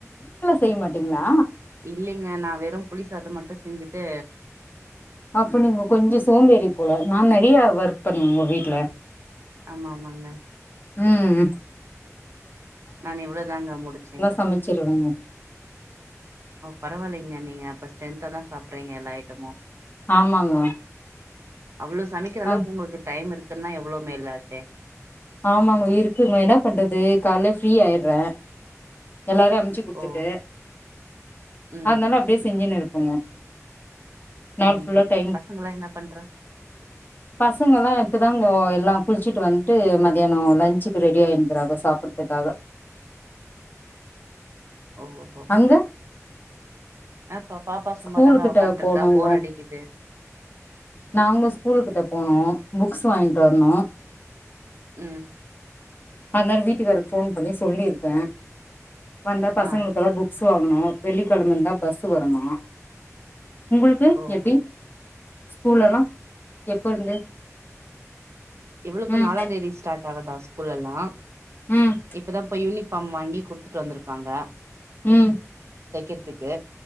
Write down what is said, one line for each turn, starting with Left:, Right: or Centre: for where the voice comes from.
Left: செய் மாட்டீங்களா
Right: இல்லைங்க நான் வெறும் புலி சாதம் அதை மட்டும் செஞ்ஜி ட்டு
Left: அப்போ நீங்க கொஞ்சா சோம்பேறி போல நான் நிறைய ஒர்க் பண்ணுவே உங்க வீட்டுல
Right: ஆமா ஆமாங்க
Left: உம்
Right: நான் இவ்வளவுதாங்க முடிச்சேன் இதோ.
Left: சமைச்சிருவேங்க
Right: பரவாயலைங்க நீங்க ஸ்ட்ரென்த்தா தான் சாப்பறீங்க எல்லா ஐயிட்டமும்
Left: ஆமாங்க
Right: அவ்வளவு சமைக்கிற அளக்கு
Left: ஆ
Right: உங்களுக்கு டைம் இருக்கு இதுன எவ்வளவோ மேலாச்சே
Left: ஆமாங்க இருக்குங்க என்ன பண்றது காலே ஃப்ரீ ஆயிடுறேன் எல்லாரும் அனுமுச்சு குடுத்துட்டு
Right: ஓ ம்
Left: அதனால அப்படியே செஞ்சின இரு ஆமா நாள்புள்ள
Right: ம் ம்
Left: டை
Right: பசங்கல்லா என்ன பண்றா
Left: பசங்கல்லாம் இப்பதான்ங்க ல்லாம் குளிச்சிட்டு வந்துட்டு ஏானேலஞ்சுக்கு ரெடி ஆயிருக்கிறாங்க சாப்படுறதுக்காக
Right: ஓ ஓ
Left: அங்க
Right: ஆ பா- பாப்பா சும்மாதாங்க
Left: ஸ்கூலு கிட்ட
Right: உக்கான்ட்ருக்கா
Left: போனேங்கு
Right: போர் அடிக்குது
Left: நாங்க ஸ்கூலு கிட்ட போனோம் புக்ஸ் வாங்கிட்டு வரணும்
Right: உம்
Left: அதனரி வீட்டுக்காரருக்கு போன் பண்ணி சொல்லிருக்கேன் வந்த பசங்களுக்கு
Right: ஆ
Left: பக்ஸ் வாங்கணும் வெள்ளிக்கிழம்ப இருந்தா பஸ் வரமாம் உங்களுக்கு
Right: ஓ
Left: எப்படி ஸ்கூலெல்லாம் எப்ப இருந்து
Right: எவ்வளோப்ப
Left: ம்
Right: நாலாம் தேதி ஸ்டார்ட் தான்ப ஸ்கூல்ல எல்லாம்
Left: ம்
Right: இப்பதான் இப்ப யூனிஃபார்ம் வாங்கி குடுத்துட்டு வந்திருக்காங்க
Left: உம்
Right: தைக்கிறதுக்கு